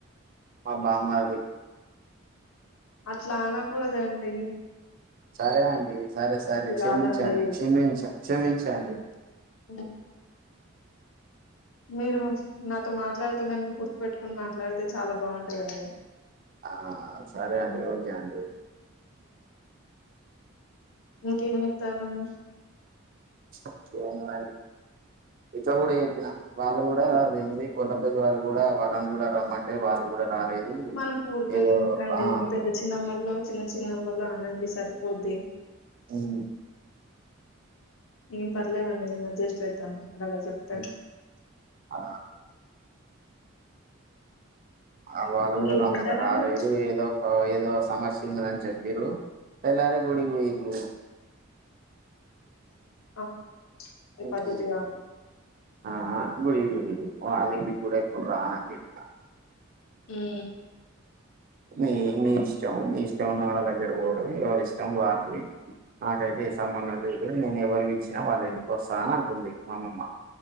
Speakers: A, on the right; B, on the left.
A: మా బామ్మరిది
B: అట్లానకూడదండి
A: సరే అండి సరే సరే క్షమించండి
B: కాదండి
A: క్షమించ క్షమించండి
B: హ్మ్. మీరు నాతో మాట్లాడుతూ నను గుర్తు పెట్టుకుని మాట్లాడితే చాలా బాగుంటుందండి
A: ఆ సరే అండి ఓకే అండి
B: ఇంక ఏమి ఇత్తారండీ
A: ఇంకేమున్నదండి ఇట్లా కూడా చెప్పిన వాళ్ళు కూడా వె కొత్త పెళ్లి వాళ్ళు కూడా వాళ్ళని కూడా రమ్మంటే వాళ్ళు కూడా రాలేదు
B: మన ఊరు పేర్ల
A: ఏదో
B: ఎందుకండి
A: ఆ
B: మీ పెద్ద చిన్నమ్మల్లో చిన్న చిన్నమ్మల్లో అనండి సరిపోద్ది
A: అవు
B: ఏం పర్లేదండి నేను అడ్జస్ట్ అయితా అది అలా చెప్తే
A: ఉమ్, ఆ ఆ వాళ్ళు
B: ఇంకేం
A: కూడా రమ్మంటారు
B: చెప్తారండి
A: రాలేదు ఏదో ఏదో సమస్య తిన్నదని చెప్పింరు తెల్లారే గుడికి పోయిర్రు
B: అవు అది
A: ఉహు.
B: పద్ధతి కాదు
A: ఆ ఆ గుడికి పోయిర్రు వాళ్ళింటికి కూడా ఎప్పుడు రానండి ఇంకా
B: హ్మ్.
A: మీ మీ ఇష్టం ఇష్టం మీ ఇష్టం ఉన్న వాళ్ళ దగ్గర పోవడం ఎవరి ఇష్టం వారిది నాకైతే ఏ సంబంధం లేదు నేను ఎవరు పిలిచినా వాళ్ళ ఇంటికోస్తా అని అంటుంది మా అమ్మమ్మ